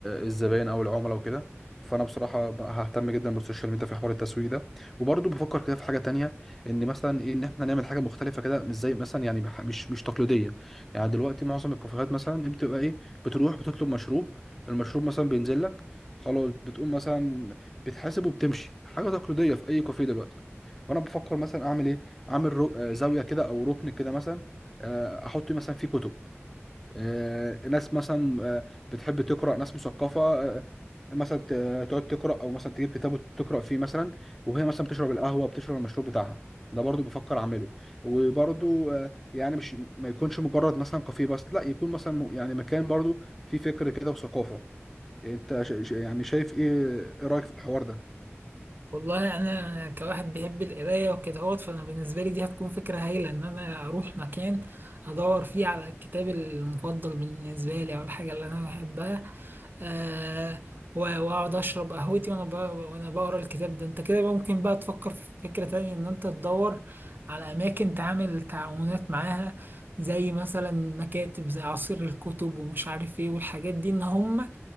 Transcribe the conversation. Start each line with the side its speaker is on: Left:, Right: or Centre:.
Centre: الزباين او العملاء وكده فانا بصراحه بقى ههتم جدا بالسوشيال ميديا في حوار التسويق ده وبرضه بفكر كده في حاجه تانية ان مثلا ايه ان احنا نعمل حاجه مختلفه كده مش زي مثلا يعني بح- مش مش تقليديه يعني دلوقتي معظم الكافيهات مثلا إيه، بتبقى ايه بتروح بتطلب مشروب المشروب مثلا بينزل لك خلاص بتقوم مثلا بتحاسب وبتمشي حاجه تقليديه في اي كافيه دلوقتي فانا بفكر مثلا اعمل ايه عامل رو... آه، زاويه كده او ركن كده مثلا آه، احط مثلا فيه كتب آه، ناس مثلا آه، بتحب تقرا ناس مثقفه آه، مثلا ت- تقعد تقرا او مثلا تجيب كتاب وتقرا فيه مثلا وهي مثلا بتشرب القهوه بتشرب المشروب بتاعها ده برضو بفكر اعمله وبرضو آه، يعني مش ما يكونش مجرد مثلا كافيه بس لا يكون مثلا م- يعني مكان برضو فيه فكر كده وثقافه انت ش... ش- يعني شايف ايه ايه رايك في الحوار ده
Right: والله انا كواحد بيحب القرايه وكده هوت فانا بالنسبه لي دي هتكون فكره هايله ان انا اروح مكان ادور فيه على الكتاب المفضل بالنسبه لي او الحاجه اللي انا بحبها آه و- واقعد اشرب قهوتي وانا ب- وانا بقرا الكتاب ده انت كده بقى ممكن بقى تفكر في فكره تانية ان انت تدور على اماكن تعمل تعاونات معاها زي مثلا مكاتب زي عصير الكتب ومش عارف ايه والحاجات دي ان هم